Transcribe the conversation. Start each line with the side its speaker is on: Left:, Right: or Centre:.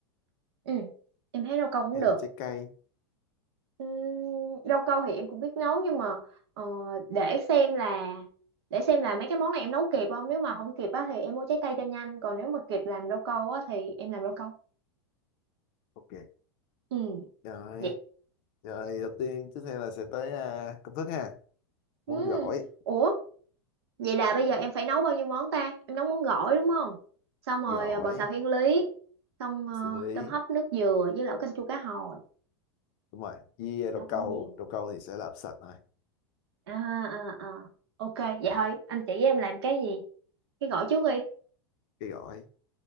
Right: ừ em thấy rau câu cũng
Left: hay
Right: được
Left: là trái cây
Right: Ừm, rau câu thì em cũng biết nấu nhưng mà ờ, để xem là để xem là mấy cái món này em nấu kịp không nếu mà không kịp á thì em mua trái cây cho nhanh còn nếu mà kịp làm rau câu á thì em làm rau câu
Left: ok
Right: ừ
Left: rồi
Right: vậy
Left: rồi đầu tiên tiếp theo là sẽ tới à, công thức ha
Right: ừ.
Left: món gỏi
Right: ủa vậy là bây giờ em phải nấu bao nhiêu món ta em nấu món gỏi đúng không xong rồi
Left: gỏi
Right: ờ, bò xào thiên lý xong ờ,
Left: xử lý
Right: tôm hấp nước dừa với lẩu canh chua cá hồi
Left: đúng rồi với rau
Right: nấu cũng
Left: câu
Right: nhiều
Left: rau câu thì sẽ làm sạch thôi
Right: à à à ok vậy
Left: rồi
Right: thôi anh chỉ em làm cái gì cái gỏi trước đi
Left: cái gỏi